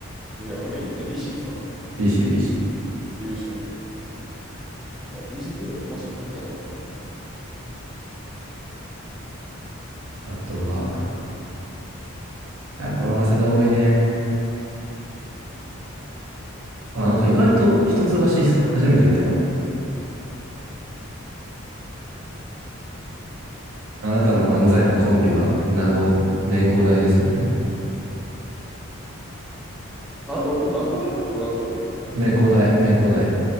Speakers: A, in the centre; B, on the right.
A: えー、頭いいね。え、BC ですか
B: BCBC。
A: えー、知らんかった。なんか BC フードってマジで聞いたことあるなと思って。
B: あとは、やっぱ、早稲田多いね。あ、なんか意外と一橋久初めて見たかも。あなたの漫才のコンビは、名護、名工大ですもんね。
A: ああの子、名古屋大じゃなかったっけあれちょ、
B: 名工大、
A: わかんない。
B: 名工大。